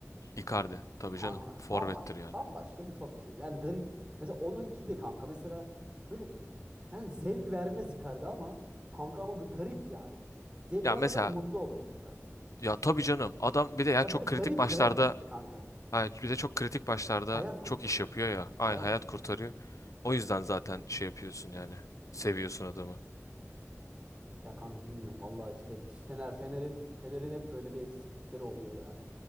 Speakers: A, on the left (about 85°); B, on the right (about 20°).
A: Icardi
B: Am-
A: tabii
B: Kanka
A: canım forvettir
B: bambaşka
A: yani.
B: bambaşka bir topçu. Yani garip. Mesela onunki de kanka mesela böyle yani zevk vermez Icardi ama kanka ama bir garip yani. Zevk
A: Ya
B: vermez
A: mesela
B: ama mutlu olursun Icardi.
A: Ya tabii canım. Adam bir de ya
B: Ya
A: çok
B: böyle garip
A: kritik maçlarda
B: garip işte kanka.
A: hani bir de çok kritik maçlarda
B: Hayat kurtarıyor
A: çok iş yapıyor
B: yani.
A: ya.
B: İşte
A: Aynı
B: hayat
A: hayat
B: kurtarıyor.
A: kurtarıyor. O yüzden zaten şey yapıyorsun yani. Seviyorsun adamı.
B: Ya kanka bilmiyorum vallahi işte Fener Fener'in Fener'in hep böyle bir eksiklikleri oluyor yani.